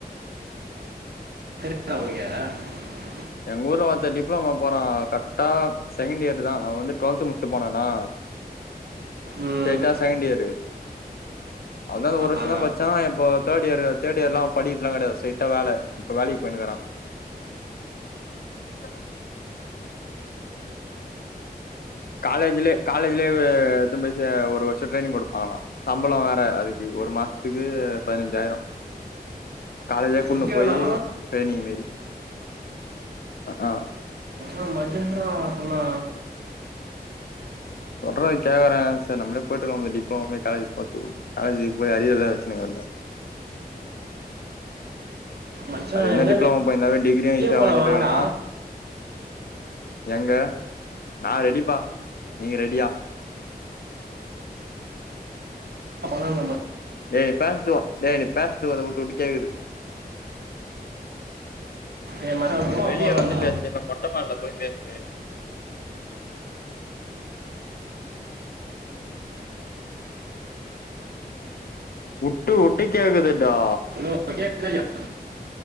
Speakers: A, on the right; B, on the left.
A: <unintelligible> அவுகளுக்க
B: எங்க ஊர்ல ஒருத்த டிப்ளமோ போறா கர்டா செகண்ட் இயர்தா அவவந்து டுவெல்து முடிச்ட்டு போனானா
A: ம்
B: ஸ்ட்ரைட்டா செகண்டு இயரு அதா ஒரு வர்ஷோதா
A: ஆ
B: படிச்சா இப்போ தேர்ட் இயர் தேர்ட் இயர் படிக்கற்துலா கெடையாது ஸ்ட்ரைட்டா வேல இப்ப வேலைக்குபொய்ணுக்குறா அ காலேஜ்லியே காலேஜ்லியேவே எட்துனு போயி ஒரு வர்ஷோ ட்ரைனிங் குடுப்பாங்ளா சம்பளோ வேற அதுக்கு ஒரு மாசத்துக்கு பதினஞ்சாயிரோ காலேஜ்லியே கூட்ணு
A: அப்படியாடா
B: போயி ட்ரைனிங் மாறி அ ஹ் ஹ
A: ஆ மஜ்ஜதா அப்பனா
B: சொல்றத கேக்குற சேர் நம்ளே பொயிட்டுக்குவோ டிப்ளமோவே காலேஜ் போரத்து குள் காலேஜ் கு போய் அரியர்தா எல்ல வச்சுனுருக்குறன்டா
A: மச்சான்
B: அருமையா
A: எங்கன்னா
B: டிப்ளமோ போய் இருந்தாவே டிகிரியும்
A: வெளியே
B: ஈசியாசா
A: போகலாம்
B: வாங்கிட்டு
A: வாங்கடா
B: இருக்கலாம் எங்க நான் ரெடிப்பா நீங்கள் ரெடியா
A: அப்பலாம் நம்ம
B: ய் நீ பேசுட்டுவான் ய் நீ பேசுதுவ அதை விட்டு விட்டு கேக்குது
A: ஏ மச்சான்
B: ஒண்ணு
A: கோவா
B: வெளியே
A: போகலாம்டா
B: வந்து பேசு இல்ல மொட்ட மாடில போய் பேசு உட்டு உட்டு கேக்குதுடா
A: <unintelligible>